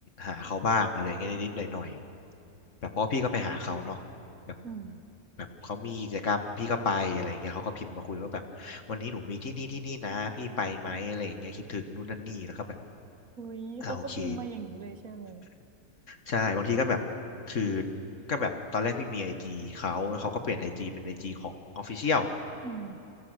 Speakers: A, on the left; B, on the right.
A: หาเขาบ้างอะไรอย่างเงี้ยนิดๆหน่อยๆแบบเพราะพี่ก็ไปหาเขาเนาะแบบ
B: อืม
A: แบบเขามีกิจกรรมพี่ก็ไปอะไรอย่างเงี้ยเขาก็พิมพ์มาคุยว่าแบบวันนี้หนูมีที่นี่ที่นี่นะพี่ไปไหมอะไรอย่างเงี้ยคิดถึงนู่นนั่นนี่แล้วก็แบบ
B: อุ้ยเขาก็พิมพ์มาอย่างนี้เลยใช่ไหม
A: อ่าโอเคใช่บางทีก็แบบคือก็แบบตอนแรกพี่มีไอจีเขาแล้วเขาก็เปลี่ยนไอจีเป็นไอจีของออฟฟิเชียล
B: อืม